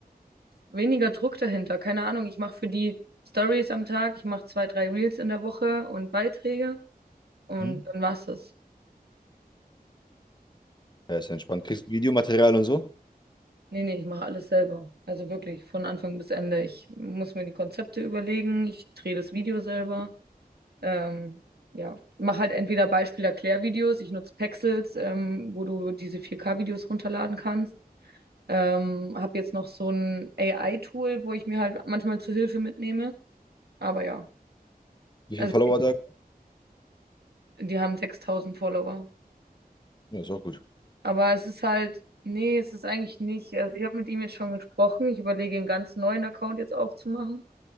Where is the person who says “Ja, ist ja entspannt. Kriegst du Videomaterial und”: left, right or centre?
Left